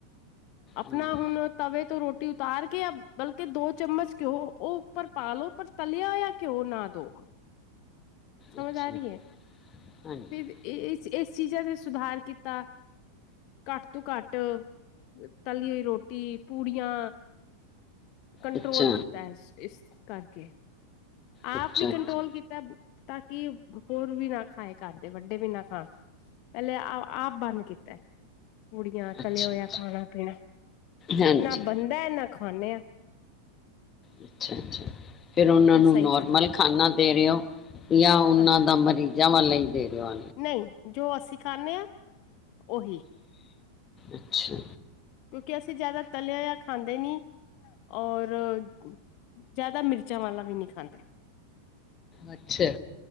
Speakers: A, on the left; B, on the left.
A: ਆਪਣਾ
B: ਹਮ
A: ਹੁਣ ਤਵੇ ਤੋਂ ਰੋਟੀ ਉਤਾਰ ਕੇ ਬਲਕਿ ਦੋ ਚਮਚ ਘਿਓ ਉਹ ਉੱਪਰ ਪਾਲੋ ਪਰ ਤਲਿਆ ਜਾਂ ਘਿਓ ਨਾ ਦੋ ਸਮਝ
B: ਅੱਛਾ
A: ਆ ਰਹੀ ਹੈ
B: ਹਾਂਜੀ
A: ਫਿਰ ਇਸ ਇਸ ਚੀਜ਼ਾਂ ਤੇ ਸੁਧਾਰ ਕੀਤਾ। ਘੱਟ ਤੋਂ ਘੱਟ ਤੱਲੀ ਹੋਈ ਰੋਟੀ ਪੂੜੀਆਂ ਕੰਟਰੋਲ
B: ਅੱਛਾ
A: ਕੀਤਾ ਹੈ ਇਸ ਇਸ ਕਰਕੇ ਆਪ
B: ਅੱਛਾ
A: ਵੀ
B: ਅੱਛਾ
A: ਕੰਟਰੋਲ ਕੀਤਾ। ਤਾਂ ਕਿ ਹੋਰ ਵੀ ਨਾ ਖਾਏ ਕਰਦੇ ਵੱਡੇ ਵੀ ਨਾ ਖਾਣ ਪਹਿਲੇ ਆਪ ਬੰਦ ਕੀਤਾ। ਪੁੜੀਆਂ
B: ਅੱਛਾ
A: ਤਲੇ ਹੋਇਆ
B: ਅੱਛਾ
A: ਖਾਣਾ ਪੀਣਾ
B: ਹਾਂਜੀ
A: ਨਾ ਬੰਦਾ ਨਾ। ਖਾਂਣੇ ਹਾ
B: ਅੱਛਾ ਅੱਛਾ ਫੇਰ ਉਹਨਾਂ ਨੂੰ
A: ਸਹੀ
B: ਨੋਰਮਲ
A: ਚੱਲ
B: ਖਾਨਾ ਦੇ ਰਹੇ ਹੋ ਜਾਂ ਉਹਨਾਂ
A: ਹਾਂ
B: ਦਾ ਮਰੀਜ਼ਾਂ ਵਾਲਾ ਈ। ਦੇ ਰਹੇ ਹੋ।
A: ਨਹੀਂ ਜੋ ਅਸੀਂ ਖਾਂਣੇ ਹਾਂ। ਓਹੀ
B: ਅੱਛਾ।
A: ਕਿਉਂਕਿ ਅਸੀਂ ਜਿਆਦਾ ਤਲਿਆ ਜਾਂ ਖਾਂਦੇ ਨਹੀਂ। ਔਰ ਜ਼ਿਆਦਾ ਮਿਰਚਾਂ ਵਾਲਾ ਵੀ ਨਹੀਂ ਖਾਂਦੇ।
B: ਅੱਛਾ।